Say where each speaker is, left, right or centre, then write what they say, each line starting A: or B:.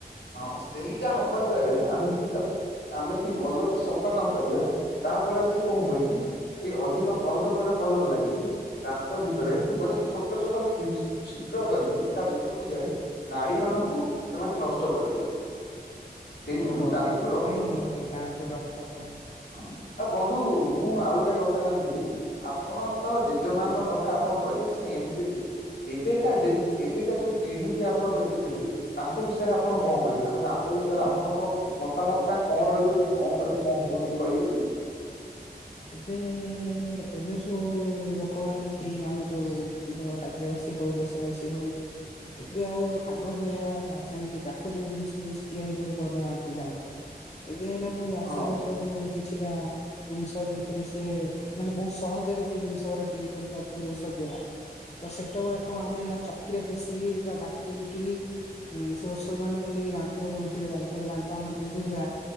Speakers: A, on the left; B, on the left.
A: ହଁ ସେଇଟା ହବା ଦ୍ଵାରା ଯେ ଆମେ ଯେମିତି ତାକୁ ଆମେ ଯଦି ଭଲସେ ସଫା ନ କରିବା ତାହା ଫଳରେ ସେ କଣ ହୁଏ କି ସିଏ ଅଧିକ ପରଦ ପରେ ପରଦ ଲାଗିକି ଦାନ୍ତ ଭିତରେ ଗୋଟେ ଛୋଟ ଛୋଟ କ୍ଲିପ୍ସ ଛିଦ୍ର କରିକି ତା ଭିତରକୁ ଯାଇ ନାଡି ମାନଙ୍କୁ ସେମାନେ ନଷ୍ଟ କରିଦିଅନ୍ତି। ସେଇଥିରୁ
B: ଓହୋ
A: ଦାନ୍ତରୁ
B: ସେଥିପାଇଁ
A: ରକ୍ତ ପଡେ।
B: ଦାନ୍ତରୁ ରକ୍ତ ପଡେ।
A: ହଁ ଆଉ ବନ୍ଧୁ ମୁଁ ଆଉ ଗୋଟେ କଥା ଜାଣିଥିଲି ଆପଣ ତ ଜେଜେମାଙ୍କ କଥା ଆପଣ କହିଲେ ସିଏ ଏମିତି ଥିଲେ। ଏବେକା ଯେ ଏବେକା ଯୋଉ ପିଢିଙ୍କି ଆପଣ ଦେଖୁଛନ୍ତି ତାଙ୍କ ବିଷୟରେ ଆପଣ କଣ କହିବେ ତାଙ୍କ ଦାନ୍ତ ବିଷୟରେ ଆପଣଙ୍କ ମତାମତ ଟା କଣ ରହିବ ଯେ କଣ କଲେ କଣ ହବ ଟିକେ କହିପାରିବେ?
B: ଏବେ ଏବେ ଯୋଉ ଲୋକମାନେ କି ଆମେ ଯୋଉ ଯେତିକ ରାଜ୍ୟବାସୀ ହଉ ଦେଶବାସୀ ହଉ ଏବେ ଆଉ ଆ ଆଗ ଭଳିଆ ସେମିତି ପ୍ରାକୃତିକ ଜିନିଷରୁୁ କିଛି ତିଆରି କରି ପାରୁନାହାଁନ୍ତି ଦାନ୍ତ ପାଇଁ ଏବେ ‌ହେନେ ସବୁ ଆସିଲା
A: ହଁ
B: ସବୁ କିଛିଟା <unintelligible> ସିଏ ମାନେ ବହୁତ ସହଜରେ ସେଇ ଜିନିଷ ଗୁରା ତିଆରି କରିପାରୁଛନ୍ତି ଔଷଧ ଦ୍ଵାରା। ତ ସେତେବେଳେ କଣ
A: ହଁ ବନ୍ଧୁ
B: ଆମେ ନା ଚକିରେ ପେଶିକି ପୁରା ବାଟି ବୁଟିକି ସେ ଔଷଧ ମାନଙ୍କୁ ନେଇକି ଦାନ୍ତରେ ଦଉଥିଲେ ଯେତେବେଳେ ଦାନ୍ତ ଆମର ବିନ୍ଧୁଥିଲା।